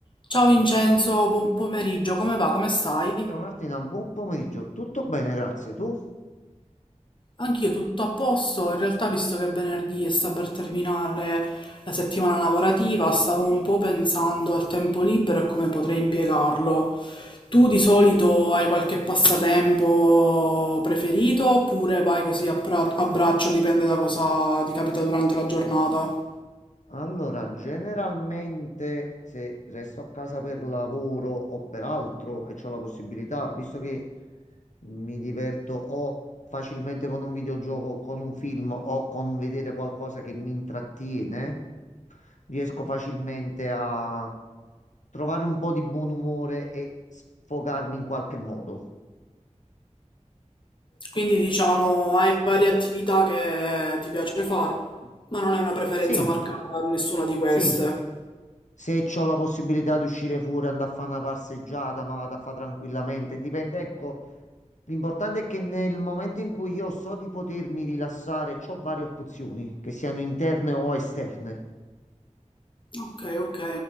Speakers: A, on the left; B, on the left.
A: Ciao Vincenzo, buon pomeriggio, come va? Come stai?
B: Ciao Martina, buon pomeriggio. Tutto bene, grazie. Tu?
A: Anch'io tutto a posto, in realtà visto che è venerdì e sta per terminare la settimana lavorativa, stavo un po' pensando al tempo libero e come potrei impiegarlo. Tu di solito hai qualche passatempo preferito oppure vai così a, pra- a braccio, dipende da cosa ti capita durante la giornata?
B: Allora, generalmente se resto a casa per lavoro o per altro e ho la possibilità, visto che mi diverto o facilmente con un videogioco, con un film o con vedere qualcosa che mi intrattiene, riesco facilmente a trovare un po' di buon umore e sfogarmi in qualche modo.
A: Quindi diciamo hai varie attività che ti piace fare, ma non hai una preferenza
B: Sì,
A: marcata in nessuna di queste.
B: sì. Se ho la possibilità di uscire fuori, andare a fare una passeggiata, ma vado a fare tranquillamente. Dipende, ecco, l'importante è che nel momento in cui io so di potermi rilassare, ho varie opzioni, che siano interne o esterne.
A: Ok, ok.